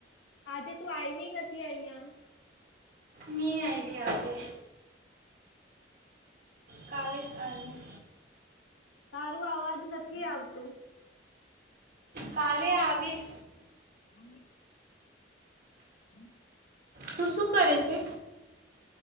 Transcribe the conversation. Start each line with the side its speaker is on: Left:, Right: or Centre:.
Left: આજે તું આવી નથી અહંયા
Right: ન આઈ ભઈ આજે, કાલેસ આવીસ.
Left: તારું અવાજ નથી આવતું.
Right: કાલે આવીસ.
Left: હમ હમ <unintelligible>
Right: તું શું કરે છે.?